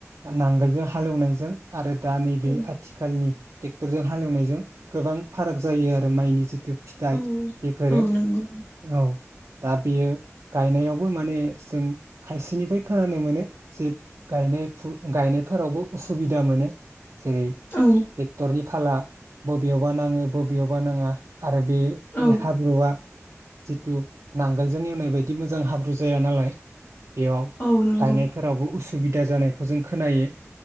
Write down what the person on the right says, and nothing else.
नांगोलजों हालेवनायजों आरो दा नैबे
आथिखालनि ट्रेक्टरजों हालेवनायजों गोबां फाराग जायो आरो। माइनि जिथु फिथाइ
बेफोरो
औ दा बेयो गायनायाव बो माने जों खायसेनिफ्राय खोनानो मोनो जे गायनाय गायनायफोरावबो उसुबिदा मोनो। जेरै
टेक्टरनि फाला बबेयावबा नाङो बबेयावबा नाङा आरो बे
हाब्रुआ जिथु नांगोलजों एवनाय बायदि मोजां हा ब्रुजाया नालाय बेयाव।
गायनायफोरावबो उसु सुबिदा जानायखौ जों खोनायो